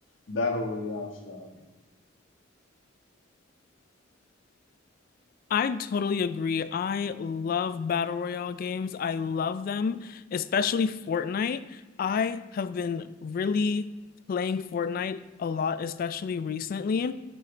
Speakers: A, on the left; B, on the left.
A: battle royale style
B: I totally agree. I love battle royale games. I love them, especially Fortnite. I have been really playing Fortnite a lot, especially recently,